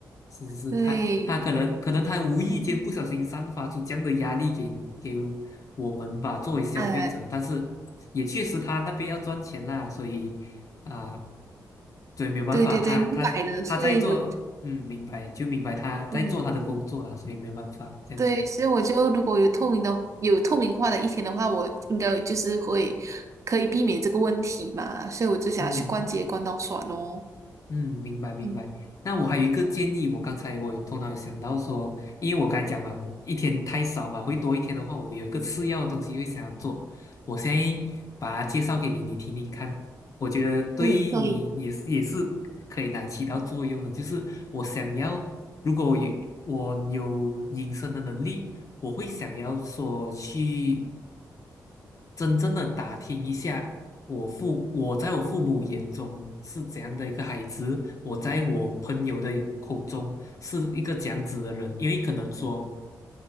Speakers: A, on the left; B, on the right.
A: 是是是，
B: 对，
A: 他他可能可能他无意间不小心散发出这样的压力给给我们吧，作为消费者，
B: 呃，
A: 但是也确实他那边要赚钱啦，所以啊、所以没有办法，
B: 对对对，
A: 他他他在做，
B: 明白的，所以我。
A: 嗯，明白就明白他在做他的工作啦，
B: 嗯。
A: 所以没有办法这样子，
B: 对，所以我就如果有透明的有透明化的一天的话，我应该就是会可以避免这个问题嘛，所以我就想要去逛街逛到爽哦。
A: 嗯，嗯，明白明白。
B: 嗯，
A: 那我还有一个建议，我刚才我有头脑有想到说，因为我刚才讲嘛，我一天太少吧，会多一天的话，我有一个次要的东西会想要做。我现在把它介绍给你，你听听看，我觉得对你也是也是可以拿起到作用的。
B: 嗯，可以，
A: 就是我想要，如果我有我有隐身的能力，我会想要说去。真正的打听一下，我父我在我父母眼中是怎样的一个孩子，我在我朋友的口中是一个怎样子的人，因为可能说